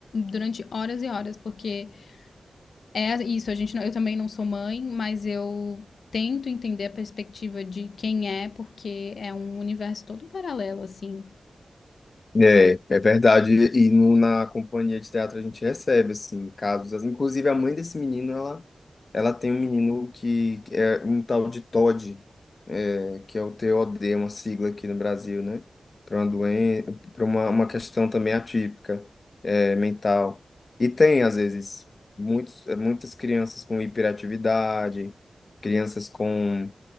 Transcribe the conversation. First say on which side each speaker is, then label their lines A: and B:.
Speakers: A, on the left; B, on the left.
A: durante horas e horas, porque é isso, a gente não- eu também não sou mãe, mas eu tento entender a perspectiva de quem é, porque é um universo todo paralelo, assim.
B: É, é verdade. E no, na companhia de teatro a gente recebe, assim, casos. Inclusive, a mãe desse menino, ela, ela tem um menino que é um tal de TOD, é, que é o T O D uma sigla aqui no Brasil, né? Para uma doença, para uma, uma questão também atípica, é, mental. E tem, às vezes, muitos, muitas crianças com hiperatividade, crianças com